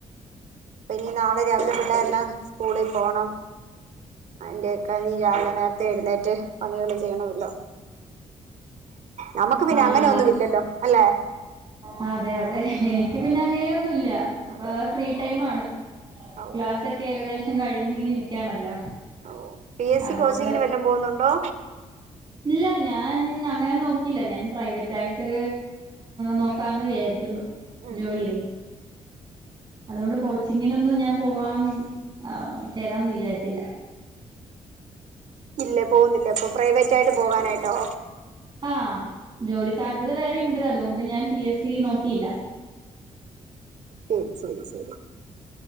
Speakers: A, on the right; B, on the right.
A: ഇപ്പനീ നാളെ രാവിലെ പിള്ളേരെല്ലാം സ്കൂളിൽ പോകണം അതിന്റെയൊക്കെ നി രാവിലെ നേരത്തെ എഴുന്നേറ്റ് പണികള് ചെയ്യണമല്ലോ നമുക്ക് പിന്നെ
B: ആഹ്
A: അങ്ങനെ ഒന്നും ഇല്ലല്ലോ അല്ലെ
B: ആ അതെ അതെ എനിക്ക് പിന്നെ അങ്ങനെയൊന്നുല്ല ഇപ്പ
A: അതെ അതെ
B: ഫ്രീ ടൈമാണ്
A: ഓ
B: ക്ലാസ് ഒക്കെ ഏകദേ ശം കഴിഞ്ഞിങ്ങനെ ഇരിക്കാണല്ലോ
A: ഓ പി എസ്
B: അതുകൊണ്ട്
A: സി കോച്ചിങ്ങിന് വല്ലം പോകുന്നുണ്ടോ
B: ഇല്ല ഞാൻ അങ്ങനെ നോക്കിയില്ല ഞാൻ പ്രൈവറ്റായിട്ട് നോക്കാന്ന് വിചാരിക്കുന്നു
A: ഉം
B: ജോലിയെ
A: ഉം
B: അതുകൊണ്ട് കോച്ചിങ്ങിനൊന്നും ഞാൻ പോവാൻ ആ ചേരാന്ന് വിചാരിച്ചില്ല
A: ഇല്ലേ പോവ്ന്നില്ലേ അപ്പൊ പ്രൈവറ്റ് ആയിട്ട് പോകാനായിട്ടോ
B: ആഹ് ജോലി സാധ്യത വേറെ ഇണ്ട് അതുകൊണ്ട് ഞാൻ പി എസ് സി നോക്കിയില്ല
A: ശരി ശരി ശരി